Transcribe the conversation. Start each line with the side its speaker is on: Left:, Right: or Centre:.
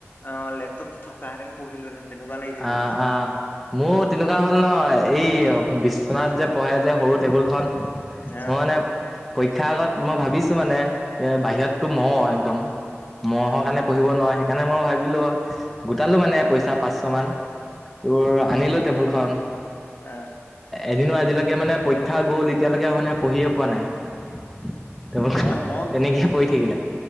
Left: অ' লেপ থকা হেতেন পঢ়িলোহেতেন তেনেকুৱা
Centre: আহ
Left: লাগি থাকিব মানে।
Centre: আহ মোৰ তেনেকুৱা হ'ল নহয়, এই বিশ্বনাথ যে পঢ়ে যে সৰু টেবুলখন। মই
Left: অ
Centre: মানে পৰীক্ষাৰ আগত মই ভাবিছো মানে এ বাহিৰততো মহ একদম। মহৰ
Left: অ
Centre: কাৰণে পঢ়িব নোৱাৰো, সেইকাৰণে মই ভাবিলো গোটালো মানে পইচা পাঁচশ মান। তোৰ আনিলো টেবুলখন।
Left: অ'।
Centre: এদিনো আজিলৈকে মানে পৰীক্ষা গ'ল, এতিয়ালৈকে মানে পঢ়িয়ে পোৱা নাই। টেবুলখনত।
Left: মই, মই,
Centre: তেনেকেই পৰি
Left: ম
Centre: থাকিলে